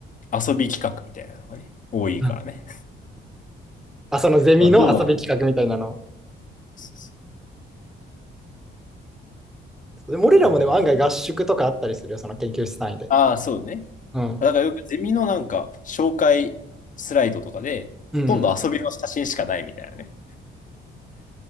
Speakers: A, on the left; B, in the centre.
A: 遊び企画みたいなのがね、多いからね。
B: うんあ、そのゼミの遊び企画みたいなの。
A: <laughs> まあどうだな。そうそう
B: でも俺らもでも案外合宿とかあったりするよ、
A: ゼミ。
B: その研究室単位で。
A: ああ、そうね。
B: うん。
A: だからよくゼミのなんか紹介スライドとかで、
B: うん。
A: ほとんど遊びの写真しかないみたいなね。